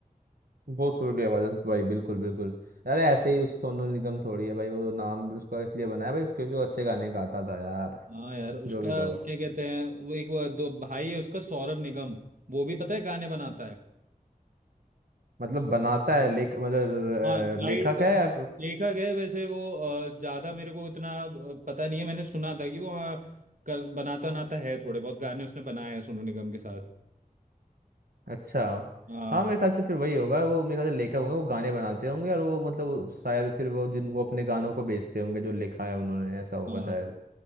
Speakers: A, on the right; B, on the right.
A: बहुत सुरीली आवाज है भाई बिल्कुल बिल्कुल अरे ऐसे ही उस सोनू निगम थोड़ी है भाई वो नाम भी उसका इसलिए बनाया भाई उसके क्योंकि वो अच्छे गाने गाता था यार
B: हाँ यार उसका
A: जो भी कहो
B: क्या कहते हैं वो एक वो दो भाई है उसका सौरभ निगम वो भी पता है गाने बनाता है
A: मतलब बनाता है लेख मतलब
B: हाँ
A: अ,
B: राइट
A: लेखक है या
B: लेखक है वैसे वो अ, ज्यादा मेरे को इतना अ, पता नहीं है मैंने सुना था कि वो हाँ कर बनाता नाता है थोड़े बहुत गाने उसने बनाए हैं सोनू निगम के साथ
A: अच्छा
B: हाँ
A: हाँ मेरे ख्याल से फिर वही होगा वो मेरे ख्याल से लेखक होंगे वो गाने बनाते होंगे और वो मतलब शायद फिर वो जिन वो अपने गानों को बेचते होंगे जो लिखा है उन्होंने ऐसा होगा
B: हाँ
A: शायद